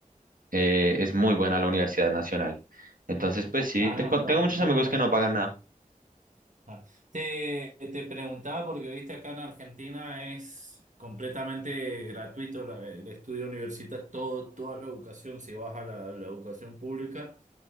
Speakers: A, on the right (about 75°); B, on the right (about 60°).
A: Eh, es muy buena la Universidad Nacional. Entonces, pues sí,
B: Ah,
A: tengo,
B: no, está,
A: tengo muchos
B: está
A: amigos
B: bueno.
A: que no pagan nada.
B: Ah. Te, te preguntaba porque viste acá en Argentina es completamente gratuito la- el estudio universitario, todo, toda la educación, si vas a la, la educación pública,